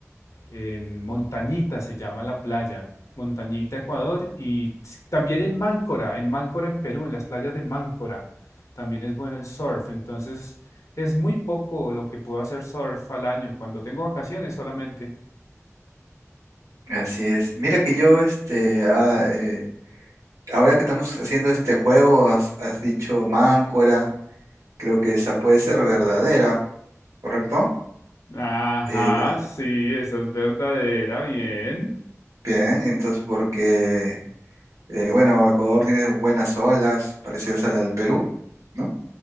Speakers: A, on the left (about 70°); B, on the right (about 85°).
A: en Montañita se llama la playa, Montañita, Ecuador, y también en Máncora, en Máncora, en Perú, en las playas de Máncora, también es bueno el surf, entonces es muy poco lo que puedo hacer surf al año, cuando tengo vacaciones solamente.
B: Así es. Mira que yo, este, ah, eh, ahora que estamos haciendo este juego, has, has dicho máncora, creo que esa puede ser verdadera. ¿correcto?
A: Ajá,
B: El-
A: sí, esa es verdadera, bien.
B: bien, entonces porque, eh, bueno, Ecuador tiene buenas olas parecidas a la del Perú, ¿no?